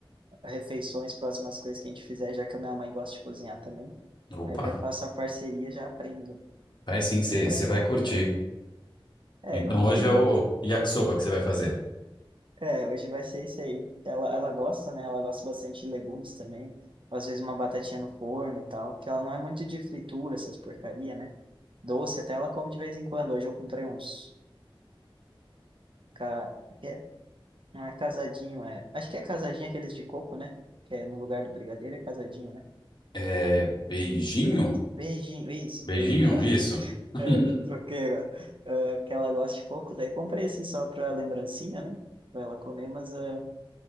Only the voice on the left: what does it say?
Opa,
vai sim, você
vai curtir.
Então
hoje é o yakisoba que você vai fazer.
É beijinho?
Beijinho?
Isso.
<laughs>